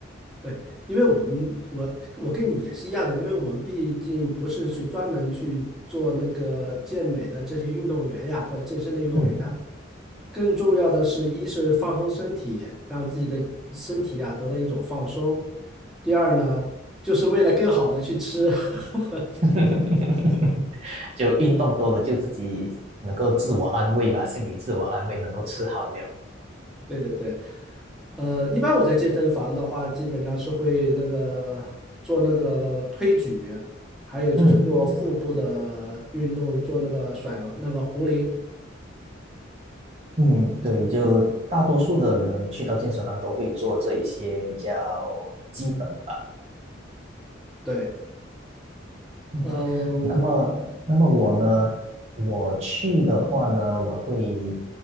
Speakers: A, in the centre; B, on the right (about 35°).
A: 对，因为我们我我跟你也是一样的，因为我们毕竟不是去专门去做那个健美的这些运动员呀，或者健身的运动员，
B: 嗯。
A: 更重要的是，一是放松身体，让自己的身体啊得到一种放松；第二呢，就是为了更好的去吃。<laughs>
B: <laughs> 就运动多了，就自己能够自我安慰吧，心理自我安慰，能够吃好了。
A: 对对对，呃，一般我在健身房的话，基本上是会那个做那个推举，还有就是做腹部的运动，
B: 嗯
A: 做那个甩那个壶铃。
B: 嗯，对，就大多数的人去到健身房都会做这一些比较基本的吧。
A: 对，
B: 嗯，
A: 嗯
B: 那么，那么我呢？
A: 嗯
B: 我去的话呢，我会，